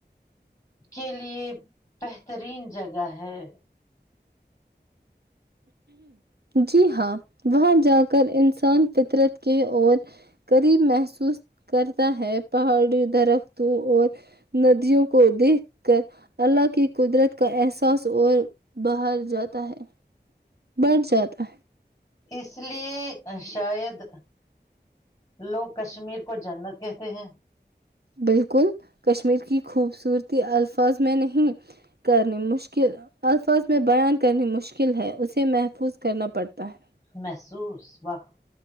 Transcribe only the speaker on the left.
کے لیے بہترین جگہ ہے
اس لیے شاید لوگ کشمیر کو جنت کہتے ہیں
محسوس واہ